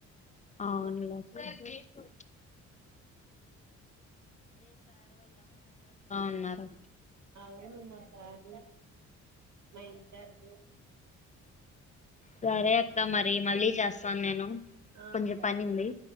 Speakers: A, on the left; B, on the right.
A: అవునులే ఉ ఉన్నారు
B: అవునుమ్మా సారు మా ఇన్ చార్జు
A: సరే అక్క మరి మళ్ళీ చేస్తాను నేను
B: ఆ
A: కొంచం
B: సరే
A: పని ఉంది